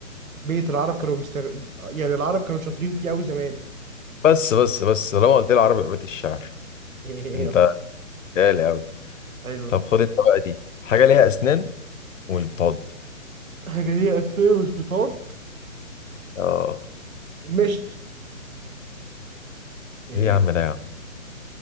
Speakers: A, on the right; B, on the left.
A: بيت العرب كانوا بيستغ... يعني العرب كانوا شاطرين فيه قوي زمان
B: بس بس بس لما قلت لي عربي بيت الشعر
A: <laughs>
B: انت غالي قوي
A: حلو
B: طب خد انت بقى دي حاجة ليها اسنان ومش بتعض
A: حاجة دي أساسية وسبيطات
B: اه
A: مشت إيه.
B: ايه يا عم ده يا عم